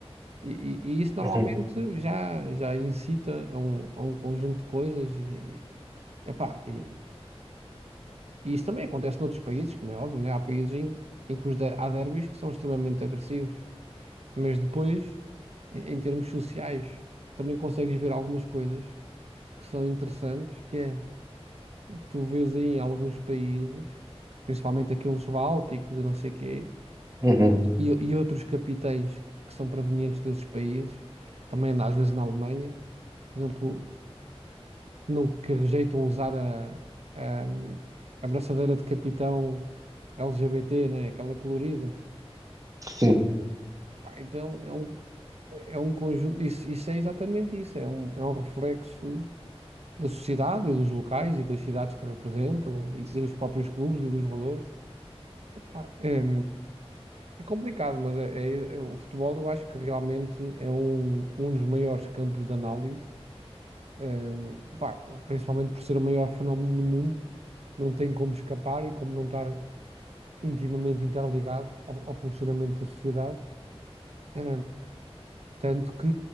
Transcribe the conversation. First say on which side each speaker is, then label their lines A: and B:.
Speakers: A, on the right; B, on the right.
A: E, e- e isso normalmente
B: Uhum,
A: já, já incita a um, a um conjunto de coisas e, epá, e, e isso também acontece noutros países, como é óbvio, né? Há países em, em que os de- há derbys que são extremamente agressivos. Mas depois, em em termos sociais, tu também consegues ver algumas coisas que são interessantes, que é, tu vês aí em alguns países, principalmente aqueles bálticos e não sei quê,
B: uhum,
A: e, e outros capitães que são provenientes desses países, também na- às vezes na Alemanha, por exemplo, não, que rejeitam usar a, a, a braçadeira de capitão LGBT, né, aquela colorida.
B: sim,
A: Pá, então é um, é um conjunto, isso, isso é exatamente isso, é um, é um reflexo da sociedade e dos locais e das cidades que representam e, e dos próprios clubes e dos valores. Epá, é, é complicado, mas é, é- é- o futebol eu acho que realmente é um, um dos maiores campos de análise, é, pá, principalmente por ser o maior fenómeno do mundo, não tem como escapar e como não estar intimamente interligado ao, ao funcionamento da sociedade. É, tanto que,